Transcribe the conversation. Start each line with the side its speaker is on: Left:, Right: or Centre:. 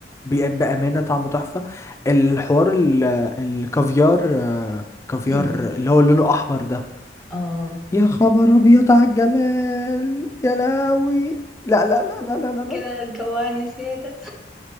Left: بأ- بأمانة طعمه تحفة الحوار ال- الكافيار آه، كافيار
Centre: أمم،
Left: اللي هو لونه أحمر ده
Centre: اه
Left: يا خبر أبيض على الجمال يا لهوي لا لا لا
Centre: انت
Left: لا لا لا
Centre: كده
Left: لا
Centre: هتجوعني زيادة